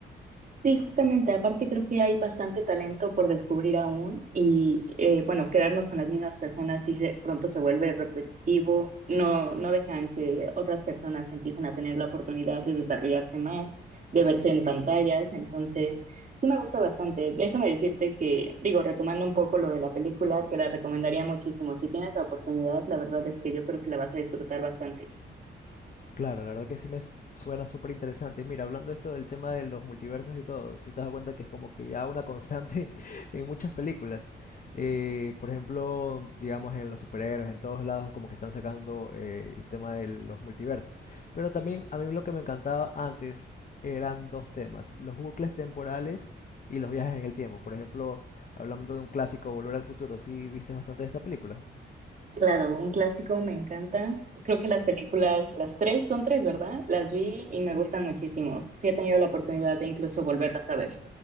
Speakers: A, on the right; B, on the left.
A: Sí, justamente, aparte creo que hay bastante talento por descubrir aún y eh, bueno, quedarnos con las mismas personas si se, pronto se vuelve repetitivo, no, no dejan que otras personas empiecen a tener la oportunidad de desarrollarse más, de verse en pantallas, entonces sí me gusta bastante. Déjame decirte que, digo, retomando un poco lo de la película, te la recomendaría muchísimo. Si tienes la oportunidad, la verdad es que yo creo que la vas a disfrutar bastante.
B: Claro, la verdad que sí me suena súper interesante. Mira, hablando esto del tema de los multiversos y todo, si te das cuenta que es como que ya una constante <laughs> en muchas películas. Eh, por ejemplo, digamos en los superhéroes, en todos lados, como que están sacando eh, el tema de los multiversos. Pero también a mí lo que me encantaba antes eran dos temas, los bucles temporales y los viajes en el tiempo. Por ejemplo, hablando de un clásico, Volver al Futuro, sí viste bastante de esa película.
A: Claro, un clásico me encanta. Creo que las películas, las tres, son tres, ¿verdad? Las vi y me gustan muchísimo. Sí he tenido la oportunidad de incluso volverlas a ver.